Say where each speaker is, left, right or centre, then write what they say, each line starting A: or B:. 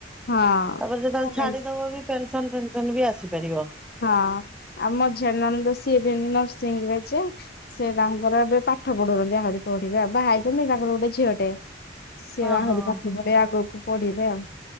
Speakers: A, on the left; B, in the centre.
A: ହଁ।
B: ତାପରେ ଯେତେବେଳେ ଛାଡିଦବ ବି ପେନସନ ଫେନସନ ବି ଆସିପାରିବ।
A: ହଁ ଆଉ ମଝିଆଣି ନଣନ୍ଦ ସିଏବି ନରସିଂହ ରେ ଯେ। ସେ ତାଙ୍କର ଏବେ ପାଠ ପଢଉଛନ୍ତି ଆହୁରି ପଢିବେ ବାହା ହେଇଛନ୍ତି ତାଙ୍କର ଗୋଟେ ଝିଅଟେ। ସେବା
B: ଓହୋ।
A: ଆହୁରି ପାଠ ପଢିବେ ଆଗକୁ। ପଢିବେ ଆଉ